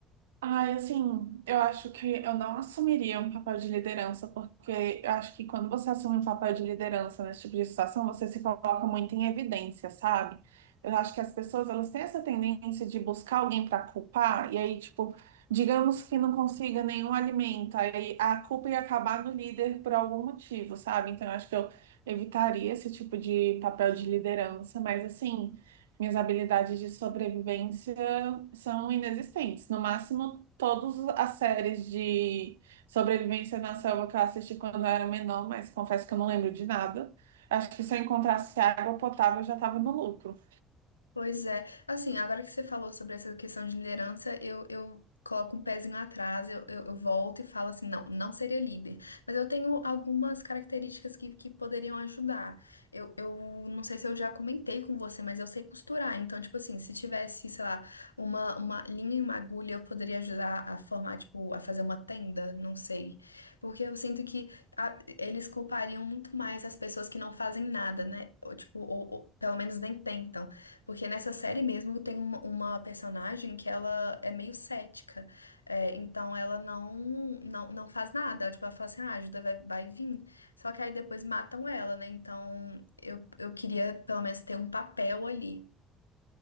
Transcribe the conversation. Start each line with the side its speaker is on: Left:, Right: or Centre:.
Right: Ai, assim, eu acho que eu não assumiria um papel de liderança, porque eu acho que quando você assume um papel de liderança nesse tipo de situação, você se coloca muito em evidência, sabe? Eu acho que as pessoas, elas têm essa tendência de buscar alguém para culpar, e aí, tipo, digamos que não consiga nenhum alimento, aí a culpa ia acabar no líder por algum motivo, sabe? Então, eu acho que eu evitaria esse tipo de papel de liderança, mas assim. Minhas habilidades de sobrevivência são inexistentes. No máximo, todas as séries de sobrevivência na selva que eu assisti quando eu era menor, mas confesso que eu não lembro de nada. Acho que se eu encontrasse água potável, eu já estava no lucro.
Left: Pois é. Assim, agora que você falou sobre essa questão de liderança, eu, eu coloco um pezinho atrás, eu, eu, eu volto e falo assim, não, não seria líder. Mas eu tenho algumas características que, que poderiam ajudar. Eu, eu não sei se eu já comentei com você, mas eu sei costurar. Então, tipo assim, se tivesse, sei lá, uma, uma linha e uma agulha, eu poderia ajudar a formar, tipo, a fazer uma tenda, não sei. Porque eu sinto que a- eles culpariam muito mais as pessoas que não fazem nada, né? Ou, tipo, ou, ou pelo menos nem tentam. Porque nessa série mesmo tem uma, uma personagem que ela é meio cética. É, então ela não, não não faz nada. Tipo, ela fala assim, ah, ajuda vai, vai vir. Só que aí depois matam ela, né? Então eu, eu queria pelo menos ter um papel ali.